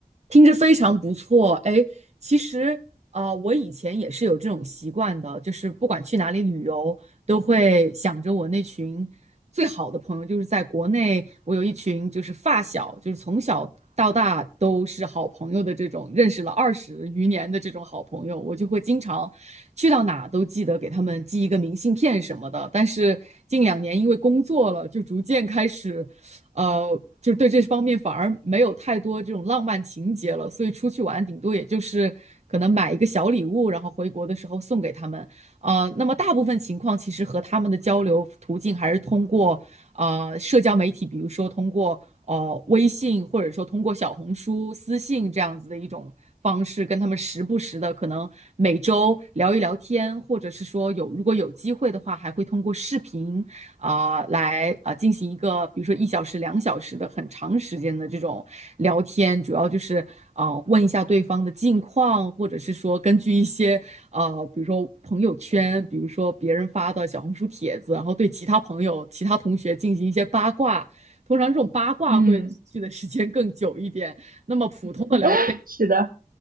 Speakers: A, on the right; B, on the right.
A: 听着非常不错，哎，其实呃，我以前也是有这种习惯的，就是不管去哪里旅游，都会想着我那群最好的朋友，就是在国内，我有一群就是发小，就是从小到大都是好朋友的这种，认识了二十余年的这种好朋友，我就会经常去到哪都记得给他们寄一个明信片什么的。但是近两年因为工作了，就逐渐开始。呃，就是对这方面反而没有太多这种浪漫情节了，所以出去玩顶多也就是可能买一个小礼物，然后回国的时候送给他们。呃，那么大部分情况其实和他们的交流途径还是通过呃社交媒体，比如说通过呃微信，或者说通过小红书私信这样子的一种方式，跟他们时不时的可能每周聊一聊天，或者是说有如果有机会的话，还会通过视频啊，来啊，进行一个，比如说一小时、两小时的很长时间的这种聊天，主要就是呃问一下对方的近况，或者是说根据一些呃，比如说朋友圈，比如说别人发的小红书帖子，然后对其他朋友、其他同学进行一些八卦。通常这种八卦会持续的时间更久一点，
B: 嗯
A: 那么普通的聊天。
B: <laughs> 是的，